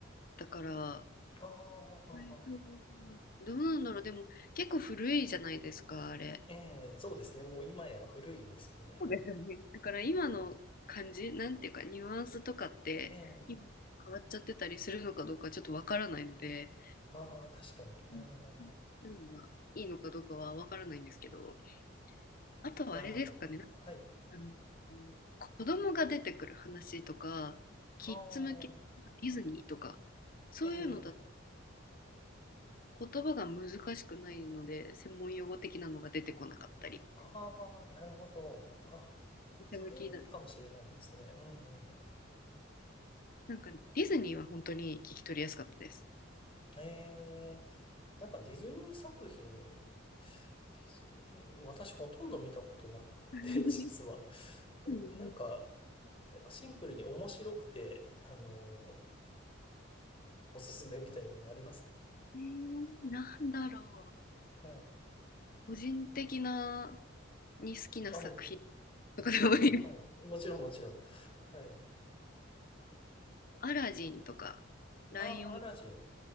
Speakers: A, on the left; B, on the left.
A: だから
B: ああ、
A: えーそうどうなんだろう。でも結構古いじゃないですか、あれ。
B: ええ、そうですね。もう今や古いですよね。はい。
A: そうですよね。だから今の感じ、
B: うん
A: なんていうかニュアンスとかって今変わっちゃってたりするのかどうかちょっとわからないので、
B: ええ、ああ、確かに。うんうんうん
A: うんそういうのがいいのかどうかはわからないんですけど、あとはあれですかね、
B: なるほど。
A: なんか
B: はい。
A: あの子供が出てくる話とか、キッズ向け、
B: ああ、
A: ディズニーとか、そういうのだと
B: ええ、
A: 言葉が難しくないので、専門用語的なのが出てこなかったり。
B: ああ、なるほど。あ
A: 店向きだ。
B: それいいかもしれないですね。うんうん。
A: なんか、ディズニーは本当に聞き取りやすかったです。
B: えー、なんかディズニー作品、ディズニー、私ほとんど見たことなくて、
A: <laughs> うん
B: <laughs> 実は。えなんか、
A: うん
B: シンプルに面白くて、あの、おすすめみたいなのあります
A: えー、なんだろう。
B: はい。
A: 個人的なに好きな作品
B: あ、も、
A: とかでもいい。
B: もちろんもちろん。はい。もちろんもちろん。はい。
A: <laughs> アラジンとか、ライオン
B: ああ、アラジン。